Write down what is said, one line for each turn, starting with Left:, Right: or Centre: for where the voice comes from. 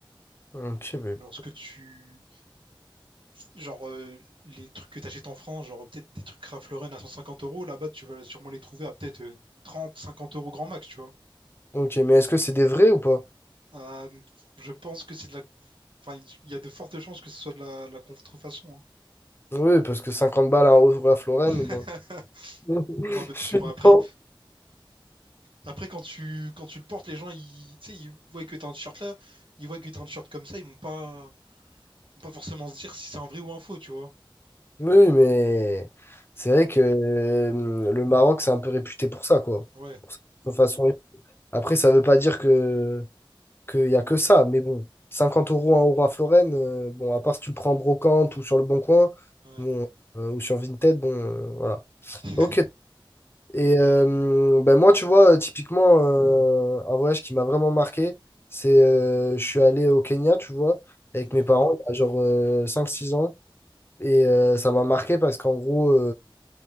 Left: Ok, bébé.
Right: Alors, ce que tu genre euh, les trucs que t'achètes en France, genre peut-être des trucs Ralph Lauren à 150 euros, là-bas tu vas sûrement les trouver à peut-être euh, 30, 50 euros grand max, tu vois.
Left: Ok, mais est-ce que c'est des vrais ou pas?
Right: Euh, je pense que c'est de la. Enfin, il y a de fortes chances que ce soit de la, la contrefaçon.
Left: Oui, parce que 50 balles à la Florène,
Right: hein. <laughs>
Left: bon. <laughs>
Right: Pose un peu de
Left: Je
Right: questions.
Left: sais
Right: Après,
Left: pas.
Right: après quand tu, quand tu le portes, les gens, ils, tu sais, ils voient que t'as un t-shirt là, ils voient que t'as un t-shirt comme ça, ils vont pas, vont pas forcément se dire si c'est un vrai ou un faux, tu vois.
Left: Oui, oui, mais c'est vrai que euh, le Maroc, c'est un peu réputé pour ça, quoi.
Right: Ouais,
Left: Pour sa façon- Après, ça veut pas dire que qu'il y a que ça, mais bon, 50 euros, 1 euro à Florène, euh, bon, à part si tu le prends en brocante ou sur le Bon Coin,
Right: ouais.
Left: bon, euh, ou sur Vinted, bon, euh, voilà.
Right: <laughs>
Left: Ok. Et euh, ben moi, tu vois, euh, typiquement, euh, un voyage qui m'a vraiment marqué, c'est euh, je suis allé au Kenya, tu vois, avec
Right: Mhm.
Left: mes parents, il y a genre euh, cinq six ans. Et euh, ça m'a marqué parce qu'en gros,